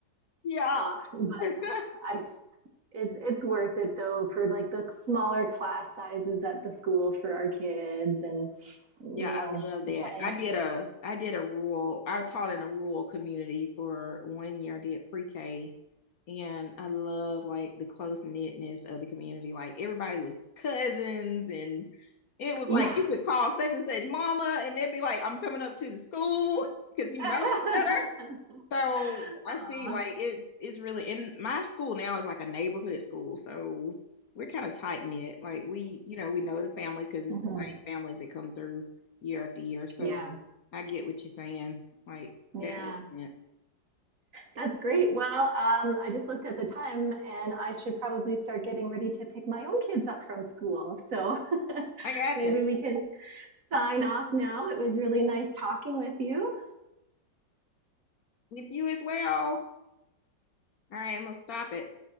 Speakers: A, on the left (about 55°); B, on the right (about 50°).
A: Yeah.
B: Uh, but
A: <laughs>
B: I, it's it's worth it though for like the smaller class sizes at the school for our kids and you
A: Yeah, I
B: know
A: love that.
B: playing.
A: I did a I did a rural I taught in a rural community for one year. I did pre-K and I loved like the close knitness of the community. Like everybody was cousins and it was
B: Yeah.
A: like you could call such and such mama and they'd be like, I'm coming up to the school <laughs> because he
B: <laughs>
A: knows better. So I
B: Aw.
A: see like it's it's really in my school now is like a neighborhood school. So we're kind of tight knit. Like we, you know, we know the families because it's
B: Mhm.
A: the same families that come through year after year. So
B: Yeah,
A: I get what you're saying. Like
B: yeah,
A: that makes sense.
B: that's great. Well, um, I just looked at the time and I should probably start getting ready to pick my own kids up from school. So <laughs>
A: I gotcha.
B: maybe we can sign off now. It was really nice talking with you.
A: With you as well. All right, I'm gonna stop it.